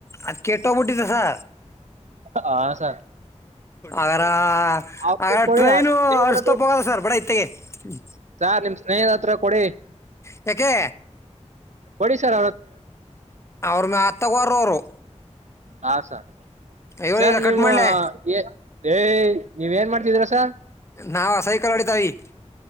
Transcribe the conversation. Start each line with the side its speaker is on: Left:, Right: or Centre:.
Left: ಅದ್ ಕೆಟ್ಟೋಗ್ಬಿಟ್ಟಿದ್ದಸ
Right: ಹ ಸ
Left: ಆರ
Right: ಔಟ್ಫಿಟ್
Left: ಆ
Right: ಕೊಡಿ
Left: ಟ್ರೈನು
Right: ಸ್ನೇಹಿತರ
Left: ಅರ್ಸ್ತ ಹೋಗದ ಸರ್ ಬಡ ಇತ್ತೆಗೆ ಹ್ಮ
Right: ಸ ನಿಮ್ ಸ್ನೇಹಿ ಹತ್ರ ಕೊಡಿ
Left: ತಯಾಕೆ
Right: ಒಡಿಿಸ್ರ್
Left: ಅವ್ರ ಮತ್ತಗರ ಅವರು
Right: ಹ ಸರ್
Left: ಇವಳಿಲ್ಲ
Right: ಸರ್
Left: ಕಟ್
Right: ನೀವು
Left: ಮಾಡ್ಲೆ
Right: ಏ ಏ ಏ ಏ ನೀವ್ ಏನ್ ಮಾಡ್ತಿದೀರ ಸರ್
Left: ನಾವು ಆ ಸೈಕಲ್ ಹೊಡಿತಾವಿ